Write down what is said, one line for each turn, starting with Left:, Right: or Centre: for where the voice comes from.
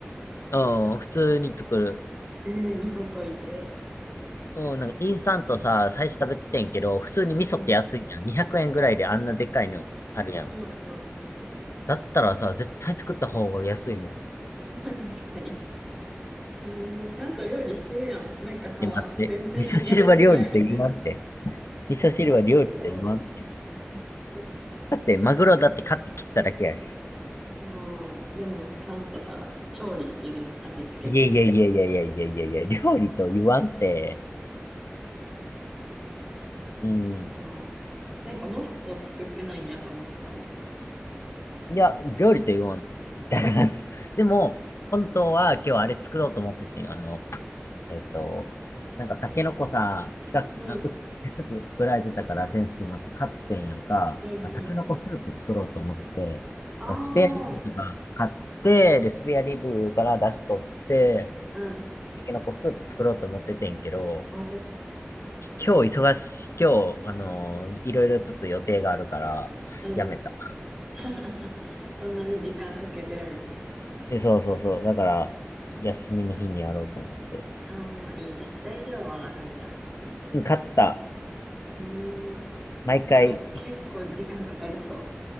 Left: うん、普通に作る。
Centre: ええ味噌溶いて。
Left: うん、なんかインスタントさ、最初食べててんけど、普通に味噌って安いやん。
Centre: うん、
Left: 200円ぐらいであんなでっかいのあるやん。
Centre: うん、うん。
Left: だったらさ、絶対作った方が安いもん。
Centre: <laughs> 確かに。ええちゃんと料理してるやん。なんかさ、
Left: え、待って。
Centre: 全然やってないみたいな。
Left: 味噌汁は料理って言わんって。味噌汁は料理って言わんって。
Centre: いや、言うよ。言う
Left: だって、マグロだって買って切っただけやし。
Centre: まあ、でも、ちゃんとさ、調理してるやん、味付けて。
Left: いやいやいやいやいやいやいやいや、料理と言わんって。うん。
Centre: こう、なんかもっと作ってないんやと思ってたわ。
Left: いや、料理と言わん。だから、でも、本当は今日あれ作ろうと思っててん。あの、えっと、なんかタケノコさ、近く、
Centre: うん、
Left: あ、う、すぐ売られてたから先週末買ってんやんか、
Centre: うん、
Left: あ、タケノコスープ作ろうと思ってて、
Centre: うん。ああ、
Left: なんかスペアリブとか買って、で、スペアリブから出し取って、
Centre: うん、
Left: タケノコスープ作ろうと思っててんけど、
Centre: お、
Left: 今日忙し、今日、あのーいろいろちょっと予定があるから、
Centre: うん。
Left: やめた。
Centre: <laughs> そんなに時間かけてられへん。
Left: え、そうそうそう。だから、休みの日にやろうと思って。
Centre: ああ、いいね。材料はあるんや。
Left: うん買った。
Centre: うーん。
Left: 毎回、
Centre: それも結構時間かかりそう。